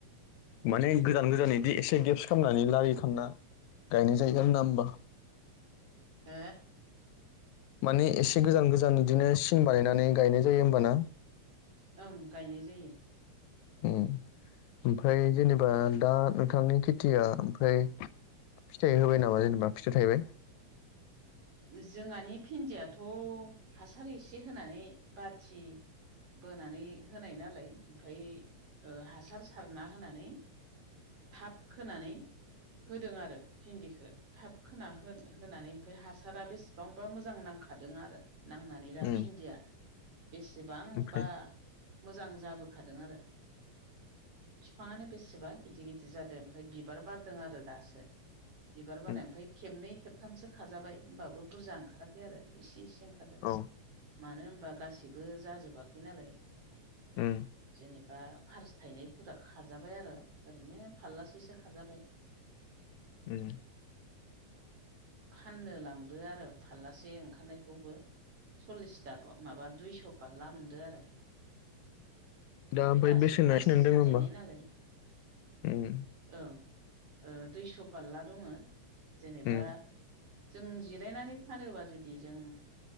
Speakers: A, on the left; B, on the right.
A: माने गोदान गोजान बिदि एसे गेप्स खालामनानै लारि खालामना गायनाय जायोैग ना होमबा
B: ओ
A: माने एसे गोजान गोजान बिदिनो सिन बानायनानै गायनाय जायो होमबाना
B: ओं गायनाय जायो
A: ओमफ्राय जेनेबा दा नोंथांनि खेथिया ओमफ्राय फिथाइ होबाय नामा जेनेबा फिथाइ थाहबाय
B: जोंहानि भिन्दियाथ' हासार एसे होनानै बाथि बोनानै होनाय नालाय ओमफ्राय हासार सारना होनानै थाब खोनानै होदों आरो भिन्दिखौ थाब खोना होनानै ओमफाय हासारा बेसेबांबा मोजां नांखादों आरो नांनानै दा
A: उम
B: भिन्दिया बेसेबांबा
A: ओमफ्राय
B: मोजां जाबोखादों आरो बिफाङानो बेसेबां गिदिर गिदिर जादों ओमफफ्राय बिबार बारदों आरो दासो बिबार बारनाय
A: उम
B: ओमफ्राय खेबनै खेब थामसो खाजाबाय होनोमबाबो बुरजा ओंखाराखै आरो इसे इसे ओंखारदों
A: औ
B: मानो होनबा गासैबो जाजोबाखै नालाय
A: उम
B: जेनेबा एबा फारस थायनायफोरा खाजाबाय आरो ओरैनो फाललासेसो खाजाबाय <inaudible>
A: उम
B: फाननो लांदो आरो फारलासे ओंखारनायखौबो सल्लिसथा माबा दुइस' फारला मोनदो आरो ओमफ्राय
A: दा
B: दासो
A: बेसेना
B: फार्स्ट
A: खिनानै दङ
B: थायनाय
A: होमबा
B: नालाय
A: उम
B: ओं दुइस' फारला दङ जेनेबा
A: उम
B: जों जिरायनानै फानोब्ला जुदि जों